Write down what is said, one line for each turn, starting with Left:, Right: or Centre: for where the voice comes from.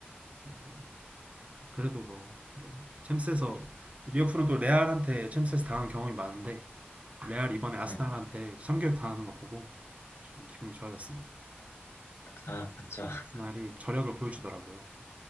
Right: 뭐 그래도 뭐 네. 챔스에서 리버풀은 또 레알한테 챔스에서 당한 경험이 많은데 레알 이번에 아스날한테
Left: 네.
Right: 참교육 당하는 거 보고 좀 기분이 좋아졌습니다.
Left: 아, 맞죠.
Right: 아스날이
Left: <laughs>
Right: 저력을 보여주더라고요.